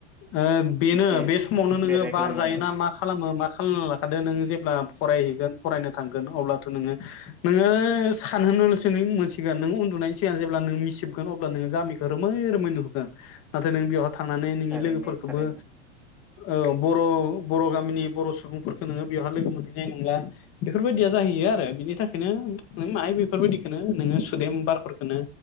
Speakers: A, on the left; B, in the centre.
A: ओ बेनो
B: एसे
A: बे समावनो नोङो
B: बेरायग्लांनानै
A: बार जायोना मा खालामो मा खालना लाखादो नों जेब्ला फरायहैगोन फरायनो थांगोन अब्लाथ' नोङो नोङो सानहोरनोल'सो नों मोनसिगोन नों उन्दुनायनि सिगां जेब्ला नों मिसिबगोन अब्ला नोङो गामिखौ रोमै रोमै नुहरगोन। नों बेवहाय थांनानै नोंनि
B: थारैनो
A: लोगोफोरखौबो
B: थारैनो
A: ओ बर' बर' गामिनि बर' सुबुंफोरखौ नोङो बेवहाय लोगो मोनहैनाय नंला बेफोरबायदिया जाहैयो आरो बिनि थाखाय बेखायनो माय बेफोरबायदिखौनो नोङो सुदेम बारफोरखौनो